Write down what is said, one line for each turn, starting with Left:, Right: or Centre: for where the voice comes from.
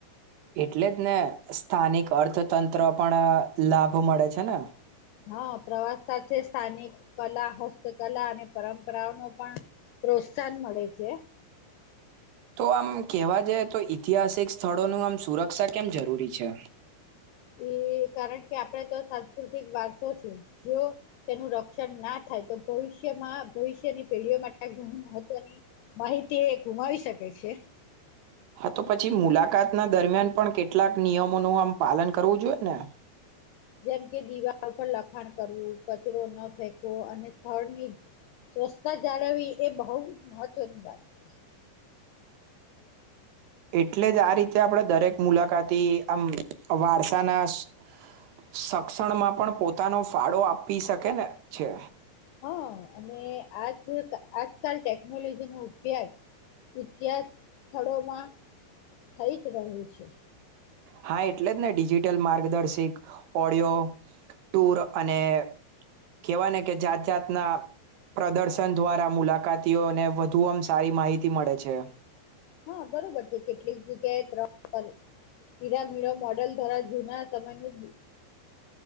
Right: એટલે જ ને સ્થાનિક અર્થતંત્ર પણ લાભ મળે છે ને.
Left: હા પ્રવાસ સાથે સ્થાનિક કલા હસ્તકલા અને પરંપરાઓ ન પણ પ્રોત્સાહન મળે છે.
Right: તો આમ કેવા જાય તો ઐતિહાસિક સ્થળોનું આમ સુરક્ષા કેમ જરૂરી છે.
Left: એ કારણ કે આપણે તો સાંસ્કૃતિક વારસો છે જો તેનું રક્ષણ ના થાય તો ભવિષ્યમાં ભવિષ્યની પેઢીઓ માટે ઘણી મહત્વની માહિતી એ ગુમાવી શકે છે.
Right: હા તો પછી મુલાકાત ના દરમિયાન પણ કેટલાક નિયમોનું આમ પાલન કરવું જોઈએ ને.
Left: જેમ કે દીવાલ ઉપર લખાણ કરવું કચરો ન ફેંકવો અને સ્થળની સ્વચ્છતા જાળવવી એ બહુ મહત્વની વાત છે.
Right: એટલે જ આ રીતે આપણે દરેક મુલાકાતી આમ વારસાના સક્ષ સક્ષણમાં પણ પોતાનો ફાળો આપી શકે ને છે.
Left: હા અને આજ આજકાલ ટેકનોલોજી નો ઉપયોગ ઈતિહા ઇતિહાસ સ્થળોમાં થઈ જ રહ્યો છે
Right: હા એટલે જ ને ડિજિટલ માર્ગદર્શિક ઓડિયો ટુર અને કેહેવાય ને કે જાત જાતના પ્રદર્શન દ્વારા મુલાકાતીઓને વધુ આમ સારી માહિતી મળે છે
Left: હા બરોબર છે કેટલીક જગ્યાએ ત્રણીરામીળ મોડલ દ્વારા જૂના સમયનું